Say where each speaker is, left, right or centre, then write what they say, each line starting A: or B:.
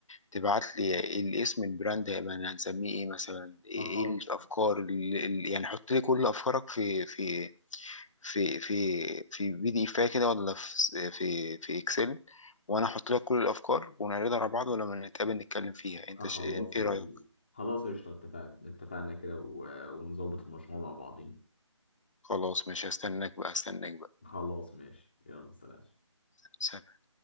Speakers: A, on the left; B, on the left.
A: تبعت لي الاسم البراند هيبقى هنسميه ايه مثلا ايه
B: أخل...
A: إيه الافكار اللي اللي- يعني حط لي كل افكارك في في في في في بي دي اف كده ولا في في في اكسل وانا احط لك كل الافكار ونعرضها على بعض ولما نتقابل نتكلم فيها انت
B: أه خلاص
A: ش... ايه
B: وال...
A: رايك
B: خلاص قشطة اتفقنا اتفقنا كده و... ونظبط المشروع مع بعضين
A: خلاص ماشي هستناك بقى هستناك بقى.
B: خلاص ماشي يلا سلام
A: سلام